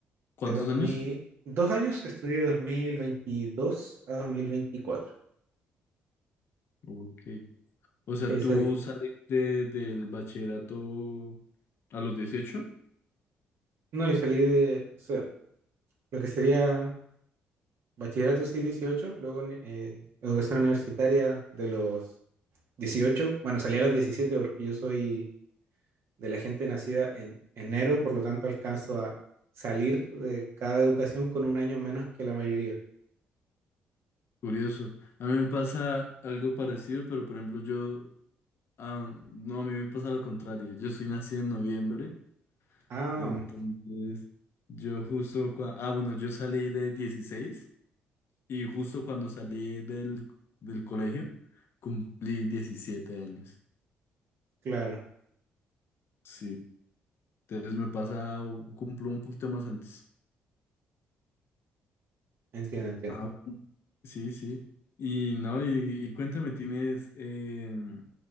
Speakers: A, on the left; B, on the right.
A: cuántos
B: De dos
A: años?
B: mil dos años estudié de 2022 a 2024.
A: Ok. O sea,
B: Que ahí
A: tú
B: salí-
A: saliste del bachillerato a los dieciocho
B: no, yo salí de, o sea, lo que sería bachillerato sí 18, luego uni- eh, educación universitaria de los 18. Bueno, salí a los 17 porque yo soy de la gente nacida en enero, por lo tanto alcanzo a salir de cada educación con un año menos que la mayoría.
A: Curioso. A mí me pasa algo parecido, pero por ejemplo yo, ah, no, a mí me pasa lo contrario. Yo soy nacido en noviembre,
B: Ah,
A: entonces yo justo, cua- ah, bueno, yo salí de dieciséis Y justo cuando salí del, del colegio, cumplí 17 años.
B: claro,
A: Sí, entonces me pasa, u- cumplo un poquito más antes.
B: entiendo, entiendo.
A: Ah, bueno. Sí, sí. Y no, y, y cuéntame, ¿tienes em,